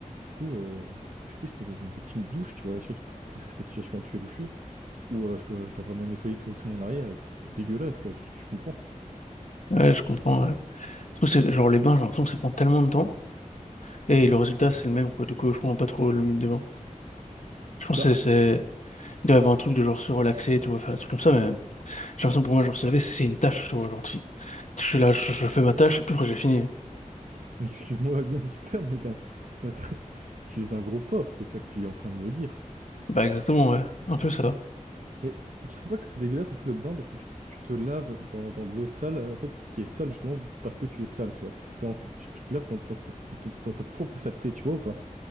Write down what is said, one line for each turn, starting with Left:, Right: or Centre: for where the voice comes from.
Right: Du coup euh, bah, je suis plus niveau, niveau team douche, tu vois, surtout pour, pour la situation actuelle où je suis, où euh, je dois, je dois vraiment nettoyer tout, tout mon arrière et que c'est c'est dégueulasse quoi, tu tu comprends?
Left: Ouais, je comprends. Le truc, c'est que, genre les bains, j'ai l'impression que ça prend tellement de temps. Et le résultat, c'est le même, quoi. Du coup, je comprends pas trop le but des bains. Je pense
Right: Bah,
Left: que c'est, c'est- il doit y avoir un truc de genre se relaxer, tu vois, faire des trucs comme ça, mais j'ai l'impression pour moi, genre se laver, c'est une tâche, tu vois. Genre, tu- je suis là, je, je fais ma tâche, et puis après, j'ai fini.
Right: <laughs> Mais excuse-moi du terme, mais t'as- t'as- t'as- <laughs> tu es un gros porc, c'est ça que tu es en train de me dire.
Left: Bah, exactement, ouais. Un peu ça.
Right: Mais tu trouves pas que c'est dégueulasse un peu le bain parce que tu, tu te laves dans, dans de l'eau sale, euh, en fait, qui est sale justement parce que tu es sale, tu vois. Genre, en fait, tu, tu te laves dans, dans- dans- dans- dans ta propre saleté, tu vois ou pas?